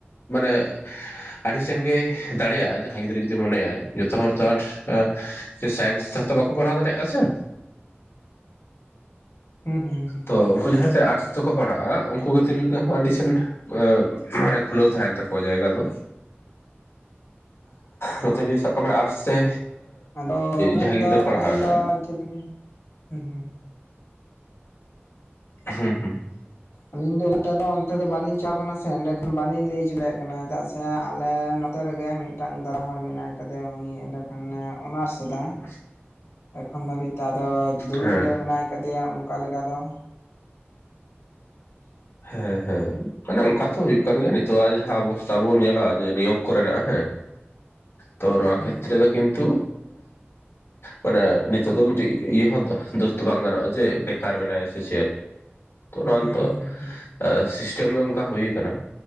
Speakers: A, on the left; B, on the left.
A: ᱢᱟᱱᱮ ᱟᱹᱰᱤ ᱥᱮᱱ ᱜᱮ ᱫᱟᱲᱮᱭᱟᱜᱼᱟ ᱡᱟᱦᱟᱸᱭ ᱜᱤᱫᱽᱨᱟᱹ ᱡᱩᱫᱤ ᱢᱚᱱᱮᱭᱟᱭ ᱡᱚᱛᱚ ᱦᱚᱲ ᱛᱚ ᱟᱨᱴᱥ ᱥᱟᱭᱮᱱᱥ ᱛᱚ ᱵᱟᱠᱚ ᱯᱟᱲᱦᱟᱣ ᱫᱟᱲᱮᱭᱟᱜᱼᱟ ᱥᱮ᱾ <inaudible>
B: ᱦᱩᱸ ᱦᱩᱸ ᱦᱩᱸ᱾
A: ᱛᱚ ᱩᱱᱠᱩ ᱡᱟᱦᱟᱸᱛᱮ ᱟᱨᱴᱥ ᱛᱮᱠᱚ ᱯᱟᱲᱦᱟᱜᱼᱟ ᱩᱱᱠᱩ <unintelligible> ᱦᱚᱸ ᱟᱹᱰᱤ ᱥᱮᱱ ᱮᱻ ᱢᱟᱱᱮ ᱠᱷᱩᱞᱟᱹᱣ ᱛᱟᱦᱮᱱ ᱛᱟᱠᱚᱣᱟ ᱡᱟᱭᱜᱟ ᱫᱚ᱾ ᱱᱚᱛᱮ ᱡᱩᱫᱤ ᱥᱟᱵ ᱠᱟᱜ ᱢᱮ ᱟᱨᱴᱥ ᱛᱮ
B: ᱟᱫᱚ ᱩᱱᱟᱹᱜ
A: ᱡᱟᱦᱟᱸᱭ
B: ᱫᱚ
A: ᱜᱤᱫᱽᱨᱟᱹ ᱯᱟᱲᱦᱟᱣ
B: ᱟᱹᱞᱤᱧ
A: ᱮᱱᱟᱭ
B: <unintelligible> ᱦᱩᱸ ᱦᱩᱸ᱾
A: ᱦᱮᱸ ᱦᱮᱸ᱾
B: ᱟᱹᱞᱤᱧ ᱫᱚ <unintelligible> ᱫᱚ ᱚᱱᱛᱮ ᱫᱚ ᱵᱟᱞᱤᱧ ᱪᱟᱞᱟᱣ ᱟᱠᱟᱱᱟ ᱥᱮ ᱮᱸᱰᱮ ᱠᱷᱚᱱ ᱵᱟᱞᱤᱧ ᱞᱟᱹᱭ ᱚᱪᱚ ᱫᱟᱲᱭᱟᱜ ᱠᱟᱱᱟ ᱪᱮᱫᱟᱜ ᱥᱮ ᱟᱞᱮ ᱱᱚᱛᱮ ᱨᱮᱜᱮ ᱢᱤᱫᱴᱟᱝ ᱫᱟᱫᱟ ᱦᱚᱲ ᱢᱮᱱᱟᱭ ᱟᱠᱟᱫᱮᱭᱟ ᱩᱱᱤ ᱚᱸᱰᱮ ᱠᱷᱚᱱᱮ ᱚᱱᱟᱨᱥ ᱮᱫᱟ᱾
A: <inaudible> <inaudible>
B: ᱮᱠᱷᱚᱱ ᱫᱷᱟᱹᱵᱤᱡ ᱛᱮ ᱟᱫᱚ ᱫᱩᱲᱩᱵ
A: ᱦᱮᱸ
B: ᱜᱮ ᱢᱮᱱᱟᱭ ᱠᱟᱫᱮᱭᱟ ᱚᱱᱠᱟ ᱞᱮᱠᱟ ᱫᱚ᱾
A: ᱦᱮᱸ ᱦᱮᱸ᱾ ᱢᱟᱱᱮ ᱚᱱᱠᱟ ᱛᱚ ᱦᱩᱭᱩᱜ ᱠᱟᱱ ᱜᱮᱭᱟ ᱱᱤᱛᱚᱜ ᱟᱜ ᱡᱟᱦᱟᱸ ᱚᱵᱚᱥᱛᱟ ᱵᱚᱱ ᱧᱮᱞᱟ ᱡᱮ ᱱᱤᱭᱜᱽ ᱠᱚᱨᱮᱱᱟᱜ ᱦᱮᱸ᱾ ᱛᱚ ᱱᱚᱣᱟ
B: ᱦᱩᱸ
A: ᱠᱷᱮᱛᱨᱮ ᱫᱚ ᱠᱤᱱᱛᱩ ᱢᱟᱱᱮ ᱱᱤᱛᱚᱜ ᱫᱚ ᱢᱤᱫᱴᱤᱡ ᱤᱭᱟᱹ ᱦᱚᱸ ᱫᱳᱥᱫᱚ ᱵᱟᱝ ᱜᱟᱱᱚᱜᱼᱟ ᱡᱮ ᱵᱮᱠᱟᱨ ᱢᱮᱱᱟᱭᱟ ᱥᱮ ᱪᱮᱫ? ᱛᱚ ᱱᱚᱣᱟ
B: ᱦᱩᱸ
A: ᱱᱤᱛᱚᱜ
B: ᱦᱩᱸ ᱦᱩᱸ
A: ᱥᱤᱥᱴᱮᱢ ᱜᱮ ᱚᱱᱠᱟ ᱦᱩᱭ ᱟᱠᱟᱱᱟ᱾